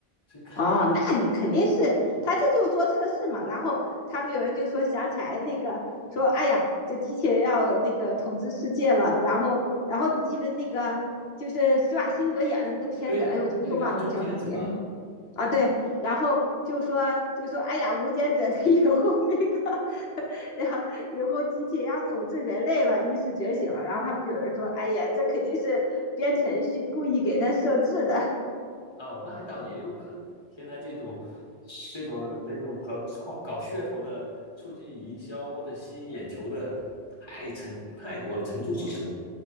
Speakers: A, on the left (about 25°); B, on the left (about 80°).
A: 所以看了就
B: 哦，那肯定是他这就做测试嘛。
A: 滑稽。
B: 然后他们有人就说想起来那个说：“哎呀，这机器人要那个统治世界了。”然后然后你记得那个就是施瓦辛格演的那个片子，
A: 对呀、
B: 哎，我怎么又忘了叫什么名？
A: 那个叫终结者，
B: 啊，对，然后就说就说，哎呀，无间者他 <laughs> 以后那个，<laughs> 然后以后机器要统治人类了，意识觉醒了，然后他们就有人说，哎呀，这肯定是编程序故意给他设置的，
A: 哦，那倒也有可能。现在这种、这种、这种搞创、搞噱头的、促进营销或者吸引眼球的，太层太多了，层出不穷